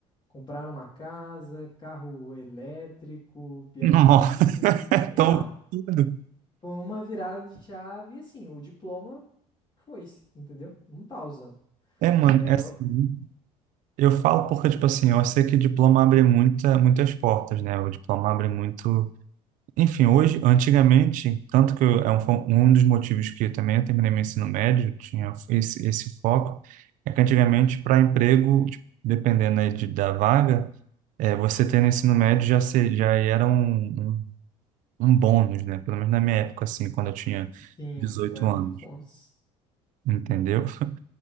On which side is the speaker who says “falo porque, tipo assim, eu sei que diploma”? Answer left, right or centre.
Right